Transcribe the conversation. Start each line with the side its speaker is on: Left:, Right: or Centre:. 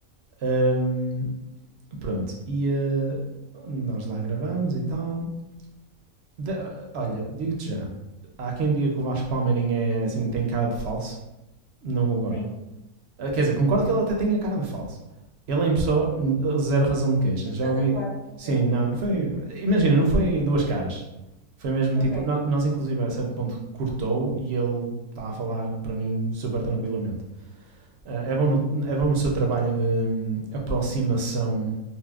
Right: Um, pronto, e uh, nós lá gravamos e tal. De- ah, olha, digo-te já, há quem diga que o Vasco Palmeirinho é, assim, tem cara de falso. Não concordo.
Left: sim.
Right: Ah, Quer dizer, concordo que ele até tem cara de falso. Ele é em pessoa, hum, zero razão de queixa.
Left: É espetacular.
Right: Já ouvi.
Left: Ok,
Right: Sim, não, foi. Imagina, não foi duas caras. Foi mesmo
Left: ok,
Right: tipo. Nós, inclusive, a certo ponto cortou e ele está a falar para mim super tranquilamente. Ah, é, bom no, é bom no seu trabalho de hum, aproximação